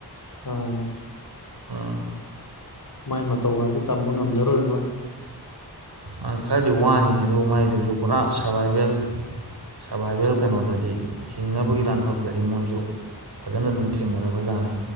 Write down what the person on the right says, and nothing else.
ꯑꯥ
ꯑ ꯈꯔꯗꯤ ꯋꯥꯅꯤ ꯑꯗꯨ ꯃꯥꯏꯗꯨꯁꯨ ꯄꯨꯔꯥ ꯁꯔꯚꯥꯏꯚꯦꯜ ꯁꯔꯕꯥꯏꯚꯦꯜ ꯀꯩꯅꯣꯗꯗꯤ ꯍꯤꯡꯅꯕꯒꯤ ꯂꯥꯟꯐꯝꯗꯗꯤ ꯃꯣꯏꯁꯨ ꯐꯖꯅ ꯑꯗꯨꯝ ꯊꯦꯡꯅꯔꯕ ꯖꯥꯠꯅꯤ